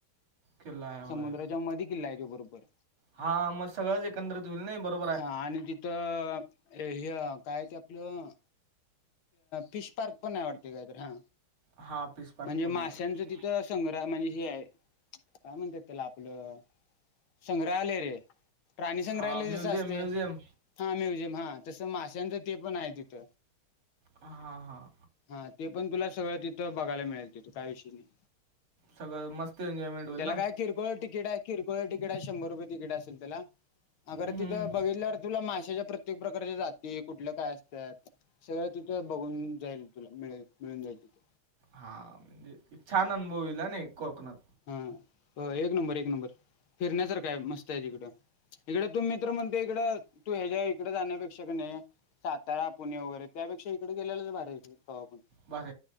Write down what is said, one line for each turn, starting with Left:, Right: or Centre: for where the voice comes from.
Right: किल्ला आहे होय
Left: समुद्राच्या म किल्ला आहे तो बरोबर
Right: हा मग सगळंच एकंदरीत होईल नाही बरोबर आहे
Left: हा आणि तिथं हे मग काय ते आपलं फिश पार्क पण आवडते काहीत हा
Right: हा फिश पार्क
Left: म्हणजे
Right: पण
Left: माशांचं
Right: आहे वाटतं
Left: तिथं संग्र म्हणजे काय म्हणतात त्याला आपलं संग्रहालय रे प्रणी संग्रहालय
Right: हा म्युझियम
Left: जस असते
Right: म्युझियम
Left: हा म्युझियम हा तसं माशांच ते पण आहे तिथ
Right: हां हां
Left: हा ते पण तुला सगळं तिथ बघायला मिळेल तथो काय विषयी नाही.
Right: सगळं मस्त एन्जॉयमेंट होईल
Left: त्याला
Right: ना
Left: काय किरकोळ तिकीट आहे किरकोळ तिकीड आहे शंभर रुपये तिकीट असेल त्याला अगर
Right: हम्म
Left: तिथं बघितल्यावर तुला माशाच्या प्रत्य प्रत्येक प्रकारच्या जाती कुठल्या काय असतात सगळं तिथं बघून जाईल तुला मिळे मिळून जाईल <inaudible>
Right: हा म्हणजे छान अनुभवला ना कोकणात.
Left: हा एक नंबर एक नंबर फिरण्यासारखा मस्त आहे तिकडं. इकडे तू मित्र म्हणते इकडं तू ह्याच्या्या इकडे जाण्यापेक्षा कणी सातारा, पुणे वगैरे त्यापेक्षा इकडे गेलेलेच भारी. आपण
Right: बर